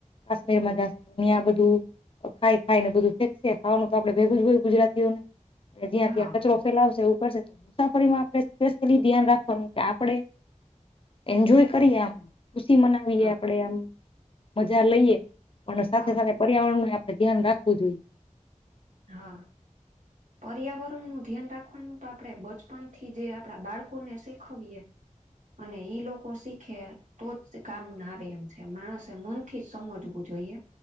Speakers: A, on the left; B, on the right.
A: કાશ્મીર માં જશે તો અ આ બધું ખાઈ ખાઈ ને બધું ફેંકશે ખવાનું તો આપણે ભેગું જ હોય ગુજરાતીઓને જ્યાં
B: હા
A: ત્યાં કચરો ફેલાવશે એવું કરશે તો મુસાફરીમાં આપણે સ્પેશિયલી ધ્યાન રાખવાનું કે આપણે એન્જોય કરી આ. ખુશી મનાવીએ
B: હા
A: આપડે આમ મજા લઈએ પણ સાથે
B: હા
A: સાથે પર્યાવરણ. ધ્યાન રાખવું જોઈએ.
B: હા. પર્યાવરણ નું ધ્યાન રાખવાનું તો આપણેે બચપનથી જે આપણા બાળકોને શીખવીએ. અને ઈ લોકો શીખે. તો જ કામ ના આવે એમ છે માણસે મનથી જ સમજવું જોઈએ.